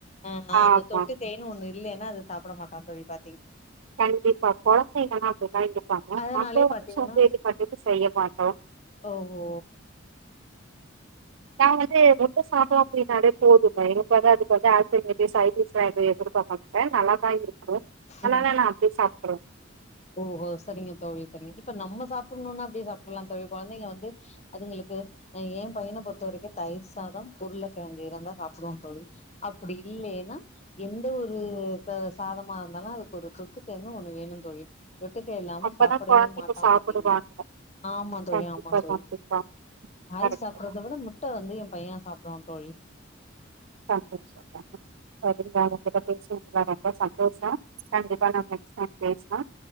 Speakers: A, on the left (about 35°); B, on the right (about 85°).
A: ஆ
B: ஆமா
A: அந்த தொட்டு கைன்னு ஒண்ணு இல்லைன் ந அது சாப்பிட மாட்டான்னு தோழி இப்ப
B: கண்டிப்பா குழந்தைங்கல்லா அப்படித்தா இருப்பாங்க
A: அதனாலே
B: அங்க வந்து
A: பாத்தீங்கன்னா
B: த சோம்பேறி பட்டுட்டு செய்ய மாட்டோ
A: ஓஹோ
B: நா வந்து முட்ட சாதோ அப்படின்னாலே போக் <unintelligible> பெருசாயிட்டு இருப்போ பட்ட நல்லாதான் இருக்கும் ஆனா
A: ம்
B: து சாப்பறோம்
A: ஓஹோ சரிங்க தோழி சரிங்க இப்ப நம்ம சாப்பிடணும்னா அப்டே சாப்ட்றலா தோழி கொழந்தைங்க வந்து அதுங்களுக்கு ஏன் பையன பொறுத்த வரைக்கும் தயிர் சாதம் உருளைக்கெழங்கு இருந்தா சாப்டுவான் தோழி அப் பிடி இல்லேன்னா எந்த ஒரு ரு ச சாதமா இருந்தாலும் அதுக்கு ஒரு தொட்டுக்கன்னு ஒண்ணு வேணும் தோழி தொட்டுக்க இல்லாம
B: அப்பதா
A: சாப்படவே
B: கொழந்தைங்க
A: மாட்டான்
B: சாப்புடுவாங்க
A: பாத்தீங்கன்னா ஆமா தோழி
B: கண்டிப்பா
A: ஆமா தோழி
B: கண்டிப்பா
A: காய்
B: கரெக்ட்டுதா
A: சாப்பறத விட முட்ட வந்து என் பையன் சாப்டுவான் தோழி
B: சந்தோஷம் சந்தோஷம் கண்டிப்பா உங்கிட்ட பேசனதுல ரொம்ப சந்தோஷம் கண்டிப்பா நம்ம நெக்ஸ்ட் டைம் பேசலா